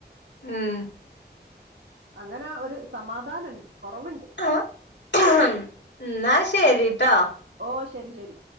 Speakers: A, on the left; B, on the right.
A: ഉം
B: അങ്ങനെ ഒരു സമാധാനംണ്ട് കുറവുണ്ട്
A: ആഹ എന്നാ ശരിട്ടോ
B: ഓഹ ശരി ശരി